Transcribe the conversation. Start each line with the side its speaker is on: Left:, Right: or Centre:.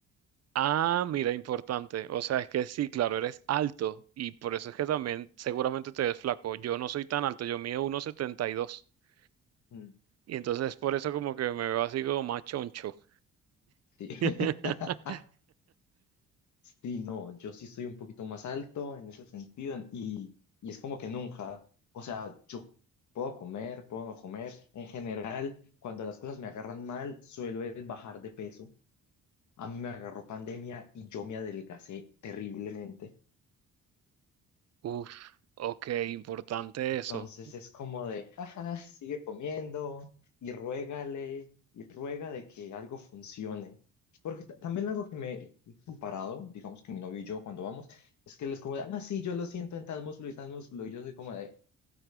Right: Ah, mira, importante. O sea, es que sí, claro, eres alto y por eso es que también seguramente te ves flaco. Yo no soy tan alto, yo mido 1,72 y dos.
Left: mm,
Right: Y entonces por eso como que me veo así como más choncho.
Left: Sí. <laughs>
Right: <laughs>
Left: Sí, no, yo sí soy un poquito más alto en ese sentido y, y es como que nunca, o sea, yo puedo comer, puedo no comer. En general, cuando las cosas me agarran mal, suelo es bajar de peso. A mí me agarró pandemia y yo me adelgacé terriblemente.
Right: Uf, ok, importante
Left: Entonces
Right: eso.
Left: es como de, jaja, sigue comiendo y ruégale y ruega de que algo funcione. Porque ta- también algo que me he comparado, digamos que mi novio y yo cuando vamos, es que él es como de, ah, sí, yo lo siento en tal músculo y tal músculo. Y yo soy como de,